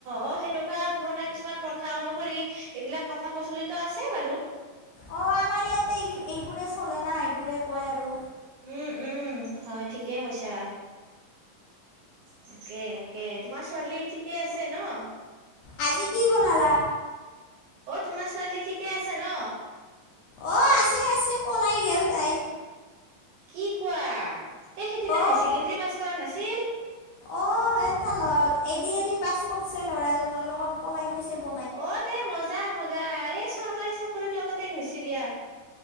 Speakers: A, on the right; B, on the left.
A: অ সেনেকুৱা পুৰণা কিছুমান প্ৰথা অনুসৰি এইবিলাক কথা প্ৰচলিত আছে বাৰু।
B: অ আমাৰ ইয়াতে এইবোৰে চলে না, এইবোৰে কয় আৰু।
A: উম, উম। হয় ঠিকেই কৈছা। তাকে, তাকে। তোমাৰ ছোৱালী ঠিকে আছে ন?
B: আজি কি বনালা?
A: অ তোমাৰ ছোৱালী ঠিকে আছে ন?
B: অ আছে, আছে। পলাই গে'ল তাই।
A: কি কোৱা? এই সিদিনা
B: অ',
A: হাই ছেকেণ্ডাৰী পাছ কৰা নাছিল?
B: অ এটা ল'ৰা এদিআৰি পাছ কৰছে ল'ৰা জনৰ লগত পলাই গৈছে। ব
A: অ তে মজা মজা। এ চৰকাৰী চাকৰিৰ লগতে গৈইছি দি আৰ।